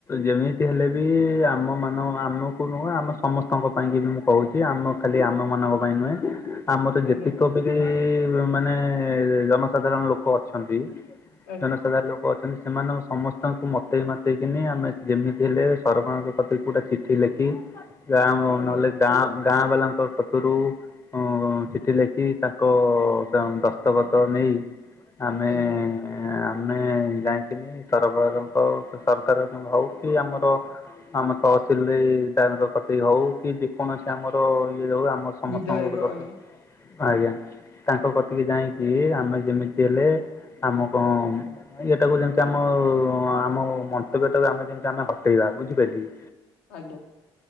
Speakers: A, on the left; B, on the left.
A: ଯେମିତି ହେଲେ ବି ଆମ ମାନ ଆମକୁ ନୁହଁ ଆମେ ସମସ୍ତଙ୍କ ପାଇଁକ ବି ମୁଁ କହୁଛି ଆମ ଖାଲି ଆମ ମାନଙ୍କ ପାଇଁ ନୁହେଁ ଆମର
B: ଆଜ୍ଞା
A: ଯେତିକ ତଥାବି ମାନେ ଜନସାଧାରଣ ଲୋକ ଅଛନ୍ତି
B: ଆଜ୍ଞା
A: ଜନସାଧାରଣ ଲୋକ ଅ ସେନ୍ ସେମାନେ ସମସ୍ତଙ୍କୁ ମତେଇ ମତେଇକିନି ଆମେ ଯେମିତି ହେଲେ ସରକାରଙ୍କ କଥା ଗଉଁଟେ ଚିଠି ଲେଖି ଗାଁ
B: ଆଜ୍ଞା
A: ନହେଲେ ଗାଁ ଗାଁ ବାଲାଙ୍କ ପତରୁ ଉ ଚିଠି ଲେଖି ତାଙ୍କ ଦ ଦସ୍ତଖତ ନେଇ ଆମେ
B: ଆଜ୍ଞା ଆଜ୍ଞା
A: ଆମେ ଯାଇକିନି ସରକାରଙ୍କ ସରକାର ହଉ କି ଆମର ଆମ ତହସିଲ ଦିକ କତି ହଉ କି ଯେକୌଣସି କି ଆମର ଇଏ ଯଉ ଆମର ସମସ୍ତଙ୍କକଥା
B: ବିଧାୟକ ଆଜ୍ଞା
A: ଆଜ୍ଞା ତାଙ୍କ କତିକି ଯାଇକି ଆମେ ଯେମିତି ହେଲେ ଆମ କଣ ନାଇଁ ଏଇଟାକୁ ଯେମିତି ଆମ ଆମ ମନ୍ତବ୍ୟ ଟାକୁ ଆମେ ଯେମିତି ଆମେ ହଟେଇବା ବୁଝିପାରିଲେ କି
B: ଆଜ୍ଞା